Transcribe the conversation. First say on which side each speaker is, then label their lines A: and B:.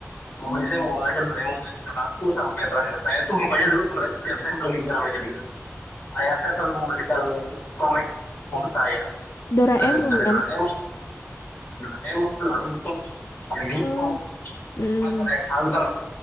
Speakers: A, on the left (about 85°); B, on the left (about 45°).
A: Mm.
B: Hobi saya membaca Doraemon dari satu sampai terakhir. Saya tuh makanya dulu pada tiap saya pergi ke Gramedia, ayah saya selalu memberikan komik buat saya.
A: Doraemon
B: Ada ada Doraemon,
A: kan?
B: Doraemon, Naruto, Yu-Gi-Oh,
A: Mm. Mm.
B: Hunter x Hunter.